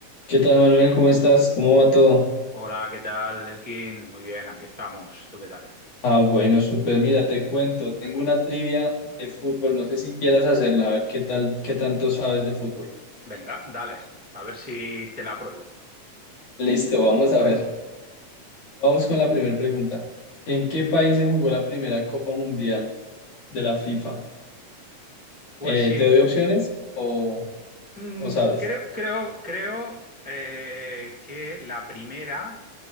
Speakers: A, on the left (about 65°); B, in the centre.
A: ¿Qué tal, Manuel? ¿Cómo estás? ¿Cómo va todo?
B: Hola, ¿qué tal, Elkin? Muy bien, aquí estamos. ¿Tú qué tal?
A: Ah, bueno, súper. Mira, te cuento. Tengo una trivia de fútbol. No sé si quieras hacerla. A ver qué tal, qué tanto sabes de fútbol.
B: Venga, dale, a ver si te la pruebo.
A: Listo, vamos a ver. Vamos con la primera pregunta. ¿En qué país se jugó la primera Copa Mundial de la FIFA?
B: Pues
A: Eh,
B: sí,
A: ¿te doy opciones o,
B: Mm,
A: o sabes?
B: creo, creo, creo eh, que la primera,